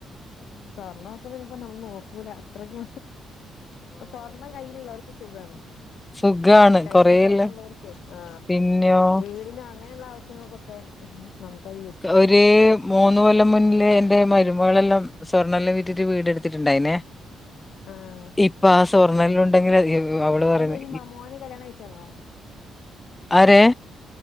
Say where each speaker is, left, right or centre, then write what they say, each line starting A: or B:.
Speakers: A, on the left; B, on the left.
A: സ്വർണ ഇപ്പോ നമ്മൾ നോക്കൂലേ അത്രക്ക് ഇപ്പൊ സ്വർണ്ണം കയ്യിലുള്ള അവർക്ക് സുഖാണ്
B: സുഖാണ്
A: കയ്യില്
B: കൊറേല്ല
A: സ്വർണ ഉള്ളൊർക്കെ ആ
B: പിന്നെയോ
A: വീ അങ്ങനെയുള്ള ആവശ്യങ്ങൾക്കൊക്കെ നമുക്കതിൻ
B: ഒരു മൂന്ന് കൊല്ലം മുന്നില് എൻ്റെ മ കുടുബകളെല്ലാം സ്വർണ്ണെല്ലാം വിട്ടിട്ട് വീട്ടുത്തിട്ടുണ്ടായിനെ
A: ആഹ്
B: ഇപ്പൊ ആ സ്വർണ്ണല്ല
A: അത് ശരി
B: ഉണ്ടെങ്കിൽ അവള് പറയുന്ന
A: അത് ശരി മോന് കല്യാണം കഴിച്ചാണോ
B: അരേ